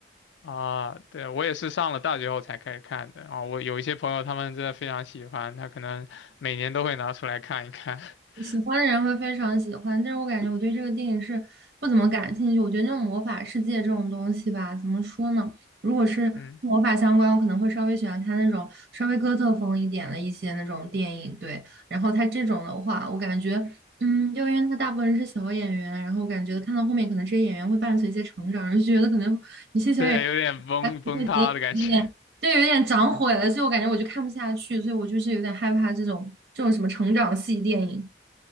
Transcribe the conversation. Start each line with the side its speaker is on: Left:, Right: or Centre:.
Left: 啊，对，我也是上了大学后才开始看的。啊。我有一些朋友，他们真的非常喜欢，他可能每年都会拿出来看一看。<laughs>
Right: 喜欢的人会非常喜欢，但是我感觉我对这个电影是不怎么感兴趣。我觉得那种魔法世界这种东西吧，怎么说呢？如果是跟魔法相关，
Left: 嗯，
Right: 我可能会稍微喜欢看那种稍微哥特风一点的一些那种电影。对，然后它这种的话，我感觉，嗯，就因为它大部分人是小演员，然后我感觉看到后面可能这些演员会伴随一些成长，就觉得可能一些小演员
Left: 对，有点崩崩塌的感觉。
Right: 还是会觉得有点。
Left: <laughs>
Right: 对，有点长毁了，所以我感觉我就看不下去，所以我就是有点害怕这种这种什么成长系电影。